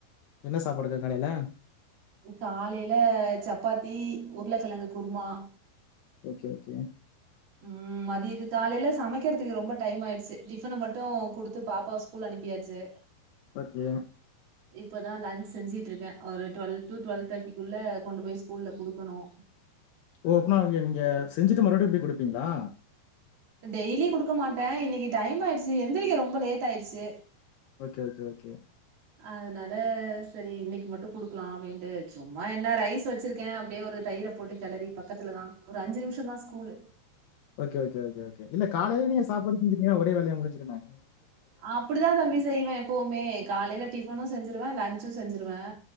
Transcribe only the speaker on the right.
காலையில சப்பாத்தி உருளைக்கிழங்கு குருமா
உம் மதிய இது காலையில சமைக்கிறதுக்கு ரொம்ப டைம் ஆயிடுச்சு டிஃபனை மட்டும் கொடுத்து பாப்பா ஸ்கூல் அனுப்பியாச்சு
இப்பதான் லன்ச் செஞ்சிட்டு இருக்கேன் ஒரு டுவெல்வ டு டுவல்வ தேர்ட்டிக்குள்ள கொண்டு போய்ஸ்கூல்லல கொடுக்கணும்
டெய்லியி குடுக்க மாட்டேன் இன்னைக்கு டைம் ஆயிடுச்சு எந்திரிக்க ரொம்ப லேட் ஆயிடுச்சு
அதனால சேரி இன்னைக்கு மட்டும் குடுக்கலாம் அப்படின்ட்டு சும்மா என்ன ரைஸ் வச்சிருக்கேன் அப்படியே ஒரு தயிர போட்டு களறி பக்கத்துல தான் ஒரு அஞ்சு நிமிஷம் தான் school
அப்படிதான் தம்பி செய்வேன் எப்பவுமே காலையில டிஃபனும் செஞ்சிருவேன் லஞ்சும் செஞ்சிருவேன்